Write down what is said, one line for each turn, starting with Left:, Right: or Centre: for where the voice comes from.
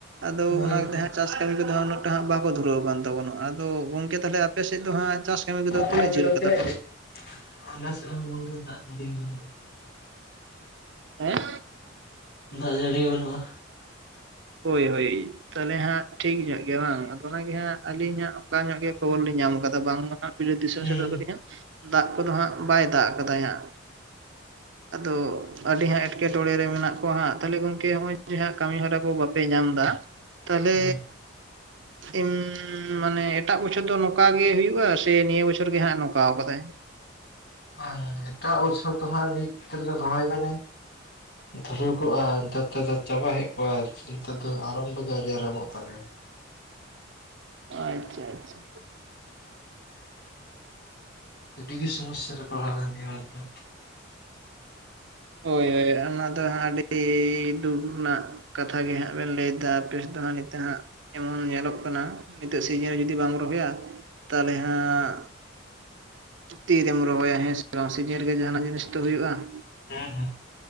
Right: ᱟᱫᱚ
Left: ᱦᱳᱭ
Right: ᱚᱱᱟ <unintelligible>
Left: ᱦᱳᱭ
Right: ᱪᱟᱥ ᱠᱟᱹᱢᱤ ᱠᱚᱫᱚ ᱦᱟᱸᱜ ᱩᱱᱟ. ᱜ ᱴᱟ ᱦᱟᱜ ᱵᱟᱠᱚ ᱫᱷᱩᱨᱟᱹᱣ ᱟᱠᱟᱱ ᱛᱟᱵᱚᱱᱟ ᱟᱫᱚ ᱜᱚᱝᱠᱮ ᱛᱟᱦᱚᱞᱮ ᱟᱯᱮᱥᱮᱫ ᱫᱚ ᱦᱟᱸᱜ ᱪᱟᱥ ᱠᱟᱹᱢᱤ ᱠᱚᱫᱚ
Left: <unintelligible>
Right: ᱛᱤᱱᱟᱹᱜ ᱡᱷᱟᱹᱞ ᱠᱟᱫᱟ ᱯᱮ
Left: ᱟᱞᱮ ᱥᱮᱫ ᱦᱚᱸ ᱜᱚᱢᱠᱮ ᱫᱟᱜ ᱡᱟ. ᱲᱤ ᱵᱟᱹᱱᱩᱜᱼᱟ
Right: ᱦᱮᱸ
Left: ᱫᱟᱜ ᱡᱟᱺᱲᱤ ᱵᱟᱹᱱᱩᱜᱼᱟ
Right: ᱦᱳᱭ ᱦᱳᱭ ᱛᱟᱦᱚᱞᱮ ᱦᱟᱸᱜ ᱴᱷᱤᱠ ᱧᱚᱜ ᱜᱮᱭᱟ ᱵᱟᱝ ᱟᱫᱚ ᱚᱱᱟᱜᱤ ᱦᱟᱸᱜ ᱟᱹᱞᱤᱧ ᱦᱟᱜ ᱚᱱᱠᱟ ᱧᱚᱜ ᱜᱮ ᱠᱷᱚᱵᱚᱨ ᱞᱤᱧ ᱧᱟᱢ ᱠᱟᱫᱟ ᱵᱟᱝᱢᱟ ᱵᱤᱞᱟᱹᱛ ᱫᱤᱥᱚᱢ
Left: ᱦᱩᱸ
Right: ᱥᱮ ᱫᱚ
Left: ᱦᱮᱸ
Right: ᱠᱟᱹᱴᱤᱡ ᱦᱟᱸᱜ ᱫᱟᱜ ᱠᱚᱫᱚ ᱦᱟᱸᱜ ᱵᱟᱭ ᱫᱟᱜ ᱠᱟᱫᱟᱭ ᱦᱟᱸᱜ ᱟᱫᱚ ᱟᱹᱰᱤ ᱦᱟᱸᱜ ᱮᱸᱴᱠᱮᱴᱚᱬᱮ ᱨᱮ ᱢᱮᱱᱟᱜ ᱠᱚᱣᱟ ᱦᱟᱸᱜ ᱛᱟᱦᱞᱮ ᱜᱚᱢᱠᱮ ᱱᱚᱜᱚᱭ ᱡᱮ ᱦᱟᱸᱜ ᱠᱟᱹᱢᱤᱦᱚᱨᱟ ᱠᱚ ᱵᱟᱯᱮ ᱧᱟᱢᱫᱟ ᱛᱟᱦᱞᱮ
Left: ᱦᱩᱸ
Right: ᱮᱢ ᱢᱟᱱᱮ ᱮᱴᱟᱜ ᱵᱚᱪᱷᱚᱨ ᱫᱚ ᱱᱚᱠᱟ ᱜᱮ ᱦᱩᱭᱩᱜᱼᱟ ᱥᱮ ᱱᱤᱭᱟᱹ ᱵᱚᱪᱷᱚᱨ ᱜᱮ ᱦᱟᱸᱜ ᱱᱚᱠᱟᱣ ᱠᱟᱫᱟᱭ?
Left: ᱵᱟᱝ ᱮᱴᱟᱜ ᱵᱚᱪᱷᱚᱨ ᱫᱚ ᱦᱟᱸᱜ ᱱᱤᱛ ᱨᱚᱦᱚᱭ ᱢᱟᱱᱮ, ᱫᱷᱩᱨᱟᱹᱣ ᱠᱚᱜᱼᱟ, ᱱᱤᱛᱟᱨ ᱛᱮᱫᱚ ᱪᱟᱵᱟ ᱦᱮᱡ ᱠᱚᱜᱼᱟ ᱾ ᱱᱮᱛᱟᱨ ᱫᱚ ᱟᱨᱟᱢᱵᱚ ᱛᱟᱞᱮᱭᱟ ᱾
Right: ᱟᱪᱪᱷᱟ ᱟᱪᱪᱷᱟ,
Left: ᱟᱹᱰᱤ ᱜᱮ ᱥᱚᱥᱥᱟ ᱨᱮ ᱯᱟᱲᱟᱣ ᱠᱟᱱᱟ ᱟᱞᱮ ᱫᱚ
Right: ᱦᱳᱭ ᱦᱳᱭ ᱚᱱᱟ ᱫᱚ ᱦᱟᱸᱜ ᱟᱹᱰᱤ ᱫᱩᱠ ᱨᱮᱱᱟᱜ ᱠᱟᱛᱷᱟ ᱜᱮ ᱦᱟᱸᱜ ᱵᱮᱱ ᱞᱟᱹᱭᱮᱫᱟ ᱟ ᱠᱮᱥ ᱫᱚ ᱦ ᱱᱤᱛ ᱦᱟᱸᱜ ᱮᱢᱚᱱ ᱧᱮᱞᱚᱜ ᱠᱟᱱᱟ, ᱱᱤᱛᱟᱹᱜ ᱥᱤᱡᱤᱱ ᱡᱩᱫᱤ ᱵᱟᱢ ᱨᱚᱦᱚᱭᱟ ᱛᱟᱦᱚᱞᱮ ᱦᱟᱸᱜ ᱛᱤᱨᱮᱢ ᱨᱚᱦᱚᱭᱟ ᱦᱮᱸ ᱥᱮ ᱵᱟᱝ ᱥᱤᱡᱟᱹᱱ ᱨᱮᱜᱮ ᱡᱟᱦᱟᱱᱟᱜ ᱡᱤᱱᱤᱥ ᱫᱚ ᱦᱩᱭᱩᱜᱼᱟ ᱾
Left: ᱦᱮᱸ ᱦᱮᱸ